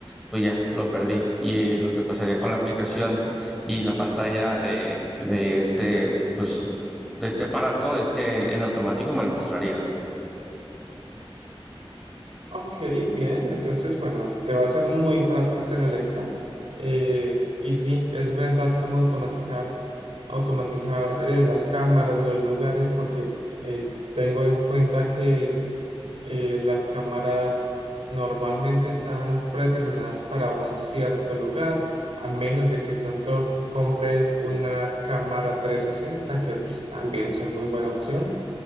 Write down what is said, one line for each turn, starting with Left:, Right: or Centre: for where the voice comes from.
Centre: pues ya, lo perdí. Y eh, lo que pasaría con la aplicación y la pantalla de, de este, pues, de este aparato es que en automático me lo mostraría.
Right: Ok, bien, entonces bueno, te va a ser muy práctica la Alexa. Eh, y sí, es verdad como automatizar, automatizar eh, las cámaras, los lugares, porque eh, tengo en cuenta que eh, las cámaras normalmente están predeterminadas para un cierto lugar, a menos de que pronto compres una cámara 360, que pues, también son muy buena opción.